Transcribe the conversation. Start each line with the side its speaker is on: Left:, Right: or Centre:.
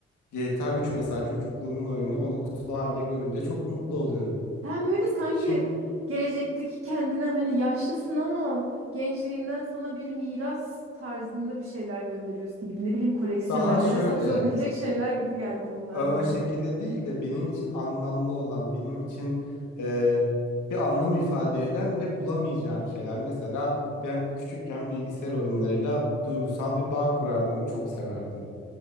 Left: GTA 3 mesela çocukluğumun oyunu onu kutulu halde görünce çok mutlu oluyorum.
Right: Sen böyle sanki
Left: Şimdi
Right: gelecekteki kendine hani yaşlısın ama gençliğinden sana bir miras tarzında bir şeyler gönderiyorsun gibi. Ne bileyim koleksiyonerlere
Left: daha şöyle
Right: satılabilecek şeyler gibi geldi bunlar
Left: o, o
Right: bana.
Left: şekilde değil de benim için anlamlı olan, benim için e, bir anlam ifade eden ve bulamayacağım şeyler. Mesela ben küçükken bilgisayar oyunlarıyla duygusal bir bağ kurardım, çok severdim.